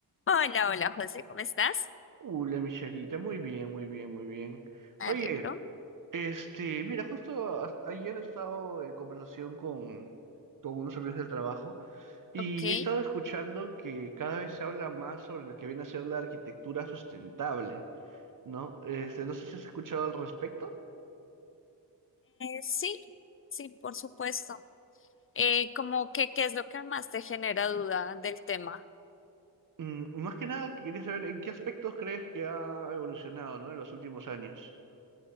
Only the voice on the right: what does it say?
Uh, la micharita, muy bien, muy bien, muy bien.
Oye,
este, mira, justo a- ayer he estado en conversación con, con unos amigos del trabajo y
he estado escuchando que cada vez se habla más sobre lo que viene a ser la arquitectura sustentable, ¿no? Este, no sé si has escuchado al respecto.
Mm, más que nada, quería saber en qué aspectos crees que ha evolucionado, ¿no? En los últimos años.